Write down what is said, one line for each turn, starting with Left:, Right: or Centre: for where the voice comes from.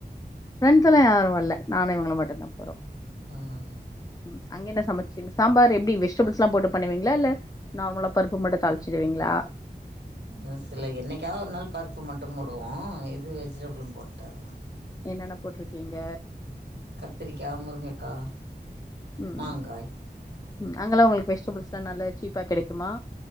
Left: ஃப்ரெண்ட்ஸ்ஸல்லா யாரு வரல நானு இவங்களு மட்டுதா போறோ
Right: ம்
Left: ம் அங்க என்ன சமைச்சிங்க சாம்பார் எப்டி வெஜிடபிள்ஸ்ல்லா போட்டு பண்ணுவீங்களா இல்ல நார்மலா பருப்பு மட்டு தாளிச்சிருவீங்களா
Right: இ சில என்னைக்காவது ஒரு நாள் பருப்பு மட்டு போடுவோ இது வெஜிடபிளு போட்டது தா
Left: என்னென்ன போட்ருக்கீங்க
Right: கத்திரிக்கா முருங்கக்கா
Left: ம்
Right: மாங்காய்
Left: ம் அங்கெல்லா உங்களுக்கு வெஜிடபிள்ஸ்ல்லா நல்லா சீப்பா கெடைக்குமா